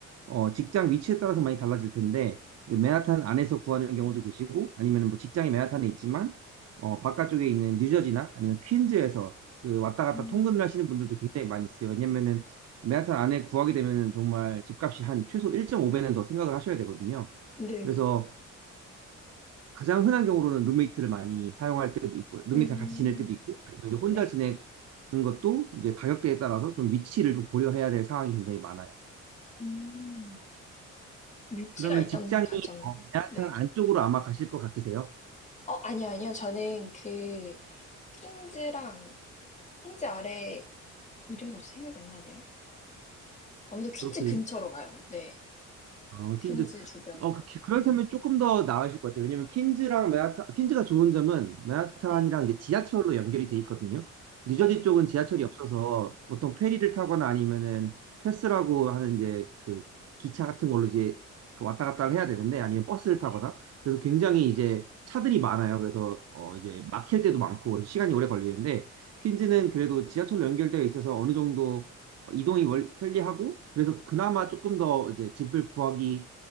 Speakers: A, on the right (about 55°); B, on the left (about 25°).
A: 어, 직장 위치에 따라서 많이 달라질 텐데 이제 맨하탄 안에서 구하는 경우도 계시고 아니면 뭐 직장이 맨하탄에 있지만 어, 바깥쪽에 있는 뉴저지나 아니면 퀸즈에서 그 왔다 갔다
B: 음,
A: 통근을 하시는 분들도 굉장히 많이 있어요. 왜냐면은 맨하탄 안에 구하게 되면은 정말 집값이 한 최소 1.5배는 더 생각을 하셔야 되거든요.
B: 네,
A: 그래서 가장 흔한 경우로는 룸메이트를 많이 사용할 때도 있고, 룸메이트랑
B: 음,
A: 같이 지낼 때도 있고, 아니면 이제 혼자
B: 네.
A: 지내는 것도 이제 가격대에 따라서 좀 위치를 좀 고려해야 될 상황이 굉장히 많아요.
B: 음, 위치가
A: 그러면
B: 일단
A: 직장이
B: 가장,
A: 어, 맨하탄
B: 네.
A: 안쪽으로 아마 가실 것 같으세요?
B: 어, 아니요, 아니요. 저는 그, 퀸즈랑, 퀸즈 아래 이름이 갑자기 생각이 안 나네요. 아무래도 퀸즈
A: 브루클린?
B: 근처로 가요. 네.
A: 어,
B: 퀸즈
A: 퀸즈.
B: 주변으로.
A: 어, 그- 그렇다면 조금 더 나으실 것 같아요. 왜냐면 퀸즈랑 맨하탄, 퀸즈가 좋은 점은 맨하탄이랑
B: 네.
A: 이제 지하철로 연결이 돼 있거든요. 뉴저지
B: 네.
A: 쪽은 지하철이 없어서 보통 페리를 타거나 아니면은 패스라고 하는 이제 그 기차 같은 걸로 이제 그 왔다 갔다를 해야 되는데 아니면 버스를 타거나
B: 네.
A: 그래서 굉장히 이제 차들이 많아요. 그래서 어 이제 막힐 때도 많고 그래서 시간이 오래 걸리는데 퀸즈는 그래도 지하철로 연결되어 있어서 어느 정도 어, 이동이 월- 편리하고 그래서 그나마 조금 더 이제 집을 구하기